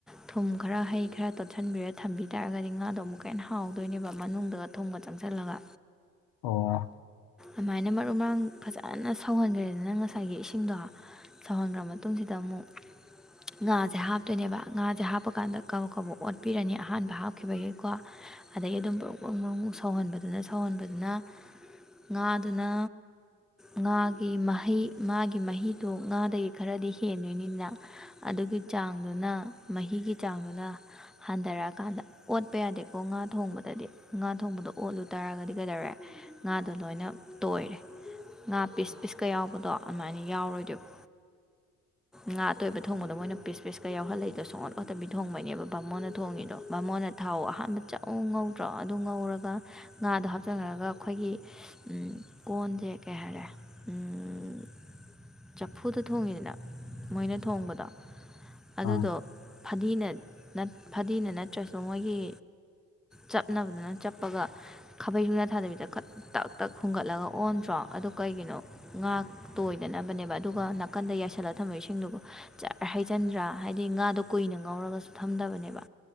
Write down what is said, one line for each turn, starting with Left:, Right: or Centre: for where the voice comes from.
Centre: ꯊꯨꯝ ꯈꯔ ꯍꯩ ꯈꯔ ꯇꯣꯠꯁꯤꯟꯕꯤꯔ ꯊꯝꯕꯤ ꯇꯥꯔꯒꯗꯤ ꯉꯥꯗꯣ ꯑꯃꯨꯛꯀ ꯍꯦꯟꯅ ꯍꯥꯎꯗꯣꯏꯅꯦꯕ ꯃꯅꯨꯡꯗ ꯊꯨꯝꯒ ꯆꯪꯁꯜꯂꯥꯒ
Left: ꯑꯣ
Centre: ꯑꯃꯥꯏꯅ ꯃꯔꯨ ꯃꯔꯥꯡ ꯐꯖꯅ ꯁꯧꯍꯟꯈ꯭ꯔꯦꯗꯅ ꯉꯁꯥꯏꯒꯤ ꯏꯁꯤꯡꯗꯣ ꯁꯧꯍꯟꯒ꯭ꯔ ꯃꯇꯨꯡꯁꯤꯗ ꯑꯃꯨꯛ ꯉꯥꯁꯦ ꯍꯥꯞꯇꯣꯏꯅꯦꯕ ꯉꯥꯁꯦ ꯍꯥꯞꯄ ꯀꯥꯟꯗ ꯀꯕꯛ ꯀꯕꯛ ꯑꯣꯠꯄꯤꯔꯅꯤ ꯑꯍꯥꯟꯕ ꯍꯥꯞꯈꯤꯕꯒꯤꯀꯣ
Left: <unintelligible>
Centre: ꯑꯗꯒꯤ ꯑꯗꯨꯝ ꯕ꯭ꯔꯣꯡ ꯕ꯭ꯔꯣꯡ ꯕ꯭ꯔꯣꯡ ꯁꯧꯍꯟꯕꯗꯨꯅ ꯁꯧꯍꯟꯕꯗꯨꯅ ꯉꯥꯗꯨꯅ ꯉꯥꯒꯤ ꯃꯍꯩ ꯃꯥꯒꯤ ꯃꯍꯤꯗꯣ ꯉꯥꯗꯒꯤ ꯈꯔꯗꯤ ꯍꯦꯟꯗꯣꯏꯅꯤꯅ ꯑꯗꯨꯒꯤ ꯆꯥꯡꯗꯨꯅ ꯃꯍꯤꯒꯤ ꯆꯥꯡꯗꯨꯅ ꯍꯟꯗꯔꯛꯑꯀꯥꯟꯗ ꯑꯣꯠꯄ ꯌꯥꯗꯦꯀꯣ ꯉꯥ ꯊꯣꯡꯕꯗꯗꯤ ꯉꯥ ꯊꯣꯡꯕꯗꯣ ꯑꯣꯠꯂꯨ ꯇꯥꯔꯒꯗꯤ ꯀꯩꯗꯧꯔꯦ ꯑꯗꯨ ꯂꯣꯏꯅ ꯇꯣꯏꯔꯦ ꯉꯥ ꯄꯤꯁ ꯄꯤꯁꯀꯥ ꯌꯥꯎꯕꯗꯣ ꯑꯗꯨꯃꯥꯏꯅ ꯌꯥꯎꯔꯣꯏꯗꯣꯏꯕ
Left: <unintelligible>
Centre: ꯉꯥ ꯑꯇꯣꯏꯕ ꯊꯣꯡꯕꯗꯣ ꯃꯣꯏꯅ ꯄꯤꯁ ꯄꯤꯁꯀꯥ ꯌꯥꯎꯍꯂꯏꯗꯣ ꯁꯣꯡꯑꯣꯠ ꯑꯣꯇꯥꯕꯤ ꯊꯣꯡꯕꯩꯅꯦꯕ ꯕꯥꯃꯣꯅ ꯊꯣꯡꯉꯤꯗꯣ ꯕꯥꯥꯃꯣꯅ ꯊꯥꯎ ꯑꯍꯥꯟꯕ ꯆꯝꯨ ꯉꯧꯗ꯭ꯔꯣ ꯑꯗꯨ ꯉꯧꯔꯒ ꯉꯥꯗꯣ ꯍꯥꯞꯆꯟꯅꯔꯒ ꯑꯩꯈꯣꯏꯒꯤ ꯎꯝ ꯀꯣꯟꯁꯦ ꯀꯩ ꯍꯥꯏꯔꯦ ꯎꯝ ꯆꯐꯨꯗ ꯊꯣꯡꯉꯤꯗꯅ ꯃꯣꯏꯅ ꯊꯣꯡꯕꯗꯣ ꯑꯗꯨꯗꯣ
Left: ꯑꯥ
Centre: ꯐꯗꯤꯅ ꯐꯗꯤꯅ ꯅꯠꯇ꯭ꯔꯁꯨ ꯃꯣꯏꯒꯤ ꯆꯞꯅꯕꯗꯅ ꯆꯞꯄꯒ ꯈꯥꯕꯩ ꯁꯨꯡꯅ ꯊꯥꯗꯕꯤꯗ ꯇꯛ ꯇꯛ ꯍꯨꯝꯒꯠꯂꯒ ꯑꯣꯟꯗ꯭ꯔꯣ ꯑꯗꯨ ꯀꯩꯒꯤꯅꯣ ꯉꯥꯛꯇꯣꯏꯗꯅꯕꯅꯦꯕ ꯑꯗꯨꯒ ꯅꯥꯀꯟꯗ ꯌꯥꯏꯁꯜꯂꯒ ꯊꯝꯃꯣꯏꯁꯤꯡꯗꯨꯕꯨ ꯍꯩꯖꯟꯗ꯭ꯔꯥ ꯍꯥꯏꯗꯤ ꯉꯥꯗꯣ ꯀꯨꯏꯅ ꯉꯧꯔꯒꯁꯨ ꯊꯝꯗꯕꯅꯦꯕ